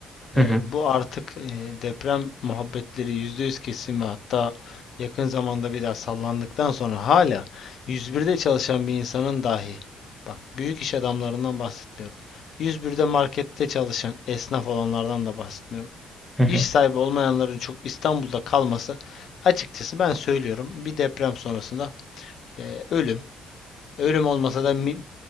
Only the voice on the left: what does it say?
Eee,
bu artık eee, deprem muhabbetleri %100 kesin ve hatta yakın zamanda bir daha sallandıktan sonra hala 101'de çalışan bir insanın dahi bak büyük iş adamlarından bahsetmiyorum. 101'de markette çalışan esnaf olanlardan da bahsetmiyorum.
İş sahibi olmayanların çok İstanbul'da kalması açıkçası ben söylüyorum bir deprem sonrasında eee, ölüm. Ölüm olmasa da mi-